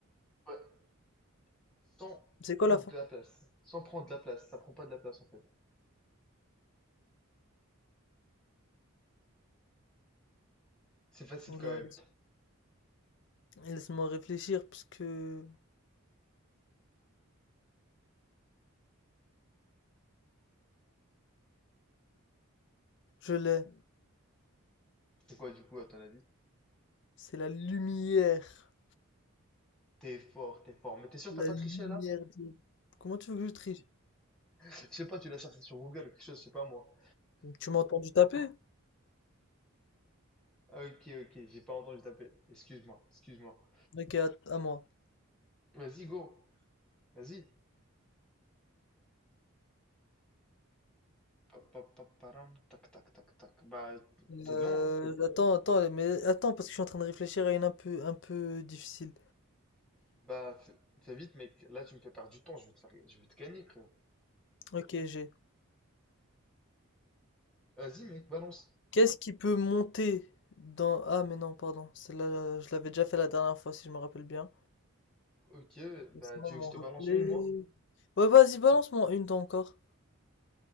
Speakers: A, in the centre; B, on the left.
A: Ouais. Sans
B: C'est
A: prendre
B: quoi la fin?
A: de la place. Sans prendre de la place. Ça prend pas de la place, en fait. C'est facile
B: Oula,
A: quand même.
B: laisse- laisse-moi réfléchir puisque je l'ai.
A: C'est quoi, du coup, à ton avis?
B: C'est la lumière.
A: T'es fort, t'es fort. Mais t'es sûr
B: La
A: que t'as pas
B: lumière
A: triché, là?
B: des... Comment tu veux que je triche?
A: <laughs> Je sais pas, tu l'as cherché sur Google ou quelque chose, je sais pas moi.
B: Tu m'as entendu taper?
A: Ok, ok, j'ai pas entendu taper. Excuse-moi, excuse-moi.
B: Ok, à à moi.
A: Vas-y, go. Vas-y. Pa- pa- pa- param, Tac, tac, tac, tac. Bah,
B: Euh,
A: t'es long, hein?
B: attends, attends, mais attends, parce que je suis en train de réfléchir à une un peu, un peu difficile.
A: Bah, fais, fais vite, mec. Là, tu me fais perdre du temps. Je vais te faire, je vais te gagner, frérot.
B: Ok, j'ai.
A: Vas-y, mec, balance.
B: Qu'est-ce qui peut monter dans... Ah, mais non, pardon. Celle-là, je l'avais déjà fait la dernière fois, si je me rappelle bien.
A: Ok, bah,
B: Laisse-moi
A: tu
B: m'en
A: veux que je
B: rappeler.
A: te balance une, moi?
B: Ouais, vas-y, balance-moi une dent encore.